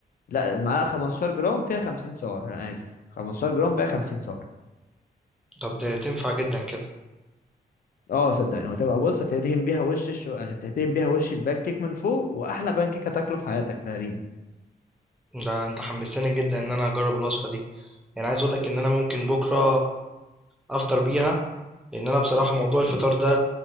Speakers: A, on the left; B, in the centre.
A: لا المعلقه 15 جرام فيها 50 سعر انا اسف 15 جرام فيها 50 سعر
B: طب ده تنفع جدا كده
A: اه صدقني وهتبقى بص هتدهن بيها وش الشو... هتدهن بيها وش البان كيك من فوق واحلى بان كيك هتاكله في حياتك تقريبا
B: ده انت حمستني جدا ان انا اجرب الوصفه دي يعني عايز اقول لك ان انا ممكن بكره افطر بيها لان انا بصراحه موضوع الفطار ده